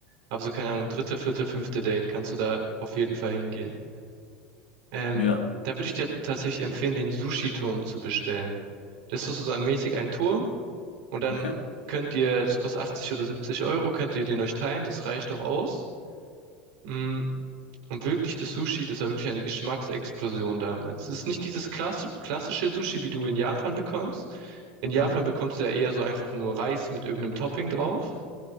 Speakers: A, on the right; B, on the left.
A: aber so, keine Ahnung, dritte, vierte, fünfte Date kannst du da auf jeden Fall hingehen. Ähm,
B: Ja,
A: dann würde ich dir tatsächlich empfehlen, den Sushi-Turm zu bestellen. Das ist so mäßig ein Turm und dann
B: okay.
A: könnt ihr, das kostet 80 oder 70 Euro, könnt ihr den euch teilen, das reicht doch aus. Mm, Und wirklich das Sushi, das war wirklich eine Geschmacksexplosion damals. Es ist nicht dieses klass klassische Sushi, wie du in Japan bekommst. In
B: Mhm.
A: Japan bekommst du ja eher so einfach nur Reis mit irgendeinem Topping drauf.